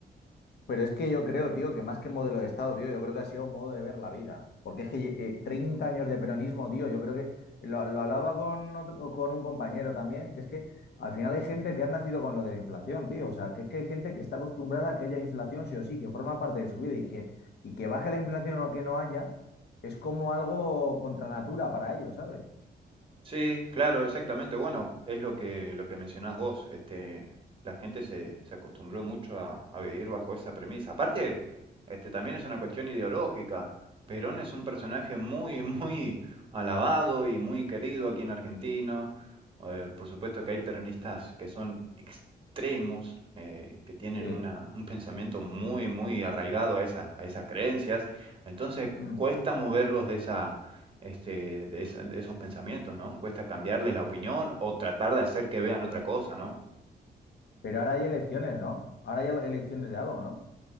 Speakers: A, on the left; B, on the right.
A: Pero es que yo creo, tío, que más que modelo de Estado, tío, yo creo que ha sido modo de ver la vida. Porque es que eh, 30 años de peronismo, tío, yo creo que lo, lo hablaba con, otro- con un compañero también, que es que al final hay gente que ha nacido con lo de la inflación, tío. O sea, que es que hay gente que está acostumbrada a que haya inflación sí o sí, que forma parte de su vida y que, y que baje la inflación o que no haya, es como algo contra natura para ellos, ¿sabes?
B: Sí, claro, exactamente. Bueno, es lo que, lo que mencionás vos. Este, la gente se, se acostumbró mucho a, a vivir bajo esa premisa. Aparte, este, también es una cuestión ideológica. Perón es un personaje muy, <laughs> muy alabado y muy querido aquí en Argentina. Eh, por supuesto que hay peronistas que son extremos, eh, que tienen
A: Sí.
B: una, un pensamiento muy, muy arraigado a esas, a esas creencias. Entonces,
A: Mm.
B: cuesta moverlos de esa este, de, esa- de esos pensamientos, ¿no? Cuesta cambiarles la opinión o tratar de hacer que vean otra cosa, ¿no?
A: Pero ahora hay elecciones, ¿no? Ahora hay elecciones de algo, ¿no?